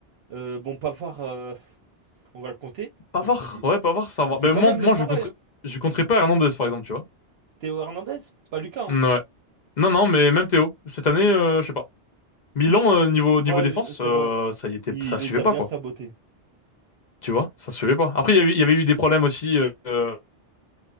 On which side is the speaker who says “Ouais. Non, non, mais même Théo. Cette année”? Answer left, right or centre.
Left